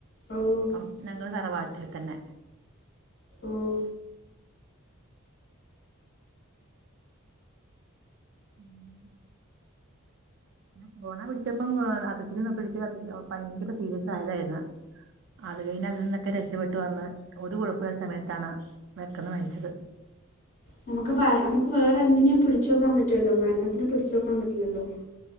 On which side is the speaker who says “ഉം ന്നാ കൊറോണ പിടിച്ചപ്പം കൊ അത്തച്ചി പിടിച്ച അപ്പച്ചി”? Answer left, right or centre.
Right